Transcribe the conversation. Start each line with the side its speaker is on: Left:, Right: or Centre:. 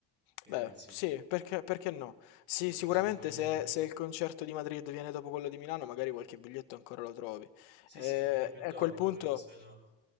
Right: Che
Left: Beh,
Right: ne pensi?
Left: sì, perché, perché no? Sì,
Right: Potrebbe
Left: sicuramente
Right: essere una buona idea.
Left: se, se il concerto di Madrid viene dopo quello di Milano, magari qualche biglietto ancora lo trovi.
Right: Sì,
Left: Eh,
Right: sì, viene più
Left: e
Right: dopo,
Left: a quel punto,
Right: dovrebbe essere dopo.